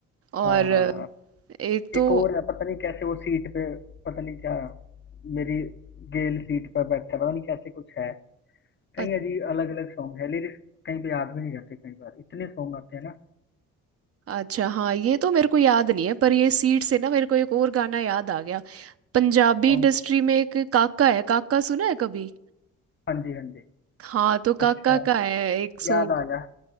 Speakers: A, on the right (about 50°); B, on the left (about 40°).
A: और
B: हाँ हाँ
A: अ,
B: हाँ
A: एक तो
B: एक और है पता नहीं कैसे वो सीट पे पता नहीं क्या मेरी गेल सीट पर बैठा है, पता नहीं कैसे कुछ है कई
A: अ-
B: अजीब अलग अलग सॉन्ग है लिरिक्स कहीं पे याद भी नहीं रहते कई बार इतने सॉन्ग आते हैं ना
A: अच्छा हाँ ये तो मेरे को याद नहीं है पर ये सीट से ना मेरे को एक और गाना याद आ गया पंजाबी
B: कौन
A: इंडस्ट्री
B: सा
A: में एक काका है काका सुना है कभी
B: हाँ जी हाँ जी
A: हाँ तो काका
B: अच्छा
A: का है एक सॉन्ग
B: याद आ गया